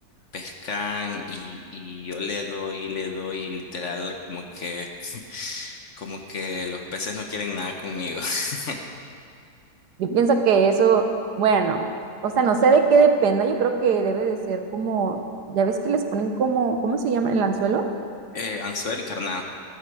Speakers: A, on the left; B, on the right.
A: pescan y, y yo le doy y le doy y literal como que como que los peces no quieren nada conmigo. <laughs>
B: yo pienso que eso, bueno, o sea, no sé de qué dependa, yo creo que debe de ser como, ya ves que les ponen como, ¿cómo se llama? El anzuelo,
A: Eh, anzuelo y carnada.